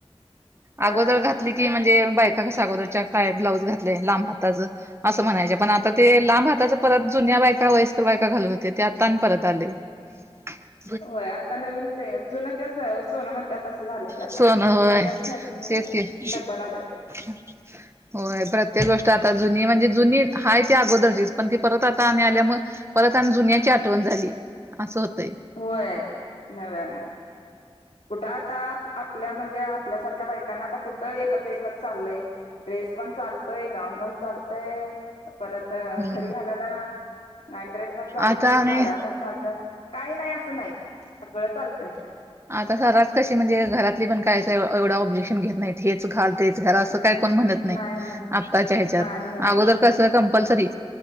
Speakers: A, on the left (about 80°); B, on the right (about 25°).
A: हा
B: अगोदरं घातली की म्हणजे बायको आतां कसं अगोदरच्यां कायं ब्लाऊज घातलेय लांब हाताचं असं म्हणायचे पणं आतां ते लांब हाताचं परंत जुन्यां बायकां वयस्कंर बायकां घालतं होत्यां ते आतां आणि परतं आलंय. <unintelligible>
A: होयं आतां नवीन ते जुनं तेचं सोनं म्हणतायं तसं झालंय ते आतां
B: सोनं होय
A: जुन्यांच्याचं फॅशन
B: तेच की
A: डब्बलं आल्यांत.
B: <unintelligible> होयं प्रत्येक गोष्टं आतां जुनी म्हणजे जुनी आहेय ती अगोदरचीच पणं ती परतं आतां आणि आल्यां मंग परंत आणि जुन्यांची आठवणं झाली असं होतंय
A: होयं नव्यानं कुठे आतां आपल्यां म्हणजे आपल्यांसारख्यां बायकांना आतां कुठं तरं एकचं एकचं चाललंय ड्रेस पणं चालतोय गाऊंन पणं चालतंय परंत
B: हम्म
A: घरी घालायलां ड्रेस पणं चालतोय
B: आता आणि
A: साड्यां पणं चालत्यां कांहीं नाहीं असं नाहीं सगळं चालतंय
B: आतां घरांत कशी म्हणजे घरांतली पणं कायं असं एवढं ऑब्जेक्शंन घेतं नाहीतं हेंच घालं
A: हम्म
B: म्हणतं नाहीं
A: नाही नाही
B: आताच्यां ह्यांच्यात
A: नाही हो
B: आगोदर कसं कम्पलसरी